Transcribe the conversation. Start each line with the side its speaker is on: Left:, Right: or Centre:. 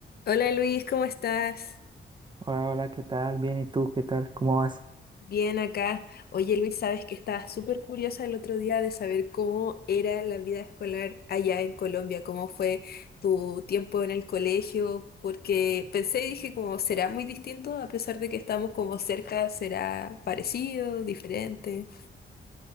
Left: Hola Luis, ¿cómo estás?
Right: Hola, hola, ¿qué tal? Bien, ¿y tú qué tal? ¿Cómo vas?
Left: Bien acá. Oye Luis, sabes que estaba súper curiosa el otro día de saber cómo era la vida escolar allá en Colombia, cómo fue tu tiempo en el colegio, porque pensé y dije como será muy distinto, a pesar de que estamos como cerca, será parecido, diferente.